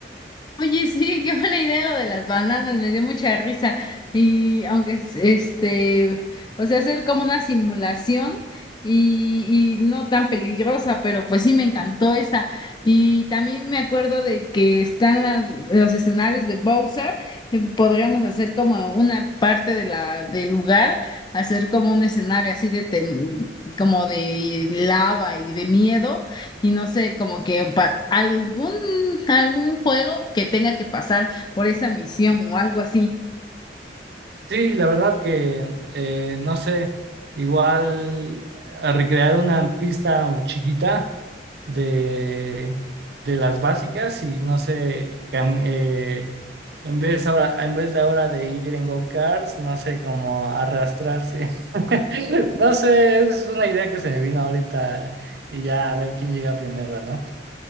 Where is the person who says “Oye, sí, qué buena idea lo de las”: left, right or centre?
Left